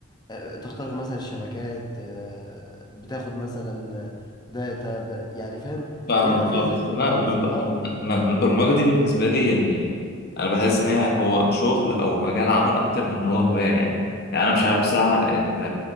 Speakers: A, on the left (about 20°); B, on the left (about 50°).
A: آه، تخترق مثلا الشبكات آه، بتاخد مثلا آه، داتا ب... يعني فاهم
B: فاهمك
A: بيبقى فيها
B: اه
A: زي
B: بس
A: سسبنس
B: لا أنا-
A: اه
B: أنا- أنا البرمجة دي بالنسبة لي يعني أنا بحس إن هي هو شغل أو مجال عمل أكتر من إن هو هواية يعني يعني أنا مش عارف بصراحة أنت